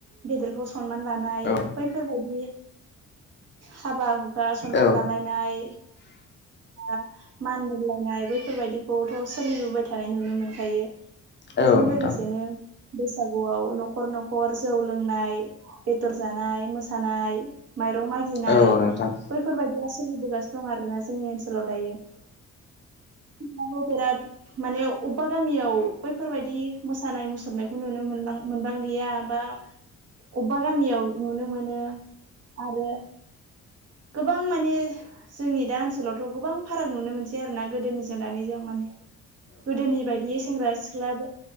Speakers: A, on the right; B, on the left.
A: गेदेरखौ स खनमान लानाय
B: औ
A: बैफोरबायदि हाबा हुखा सनमान
B: औ
A: लानाय नाय ओ मान बोहोलायनाय बैफोरबादिखौथ' सोलिबोबाय थानाय नुनो मोनखायो बिजों
B: औ नोंथां
A: लोगोसेनो बैसागुआव न'खर न'खर जौ लोंनाय बेदर जानाय मोसानाय माइरं मागिनाय
B: औ नोंथां औ नोंथां औ नोंथां औ नोंथां औ नोंथां औ नोंथां
A: बैफोरबायदिया सोलिबोगासिनो दं आरो ना जोंनि ओनोल लाय दायो <unintelligible> बिराद माने अबेबा गामियाव बैफोरबायदि मोसानाय मुसुरनायखौ नुनो मोनलां मोनबांलिया बा अबेबा गामियाव नुनो मोनो आरो गोबां माने जोंनि दा ओनसोलावथ' गोबां फाराग नुनो मोनसै आरो ना गोदोनिजों दानि जों माने गोदोनि बायदि सेंग्रा सिख्लाबो